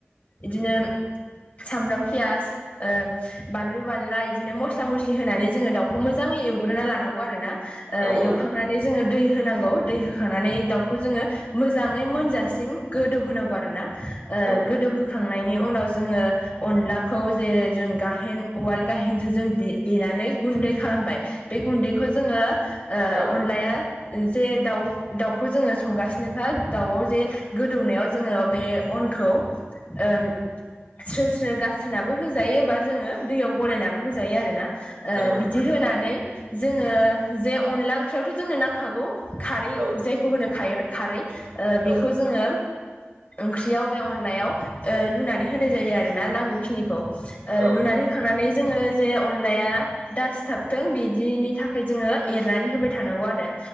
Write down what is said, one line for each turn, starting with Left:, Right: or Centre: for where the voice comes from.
Left: इदिनो सामब्राम, पियाज ओ बानलु-बानला इदिनो मस्ला-मस्लि होनानै जोङो दाउखौ मोजाङै एवग्रोना लानांगौ आरो ना। ओ
Right: औ
Left: एवखांनानै जोङो दै होनांगौ, दै होखांनानै दाउखौ जोङो मोजाङै मोनजासिम गोदौ होनांगौ आरोना, ओ
Right: औ
Left: गोदौहोखांनायनि उनाव जोङो। अनलाखौ जे जों गाहेन उवाल गाहेनजों जों दे देनानै गुन्दै खालामबाय। बे गुन्दैखौ जोङो ओ
Right: औ
Left: अनलाया जे दाउ दाउखौ जोङो संगासिनोखा दाउआव जे गोदौनायाव जोङो बे अनखौ ओम, स्रो-स्रो गारस्रिनाबो होजायो बा जोङो दैयाव गलायनाबो होजायो आरो ना। ओ
Right: नंगौ
Left: बिदि
Right: नंगौ
Left: होनानै जोङो जे अनला ओंख्रियावथ' जोंनो नांखागौ खारै
Right: औ
Left: जायखौ होनो खाइर-खारै बेखौ
Right: औ
Left: जोंङो ओंख्रियाव बे अनलायाव लुनानै होनाय जायो, आरो ना नांगौ खिनिखौ। ओ
Right: औ
Left: लुनानै होखांनानै जोंङो जे अनलाया दासिथाबथों बिदिनि थाखाय जोंङो एरनानै होबाय थानांगौ आरो